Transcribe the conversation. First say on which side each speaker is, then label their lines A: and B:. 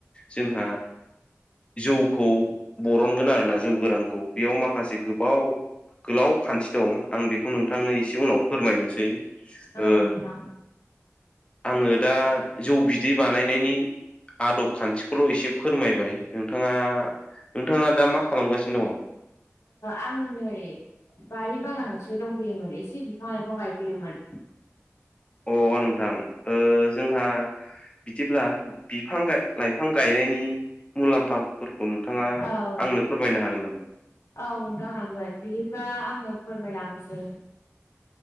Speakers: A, on the left (about 20°); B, on the left (about 65°).
A: जोंहा जौखौ बरनगोन आरो ना जौ गोरानखौ बेयाव माखासे गोबाव गोलाव खान्थि दं आं बेखौ नोंथांनो एसे उनाव फोरमायनोसै ओ
B: औ नोंथां
A: आङो दा जौ बिदै बानायनायनि आदब खान्थिखौल' एसे फोरमायबाय नोंथाङा? नोंथाङा दा मा खालामगासिनो दङ?
B: आङो नै बारि बागानावसो दंफैयोमोन एसे बिफां लाइफां गायफैदोंमोन ।
A: अ नोंथां ओ जोंहा बिदिब्ला बिफां लाइफां गायनायनि मुलाम्फा औ नोंथाङा
B: औ
A: आंनो फोरमायनो हागोन नामा?
B: औ नोंथां हागोन बिदिबा आङो फोरमायलांनोसै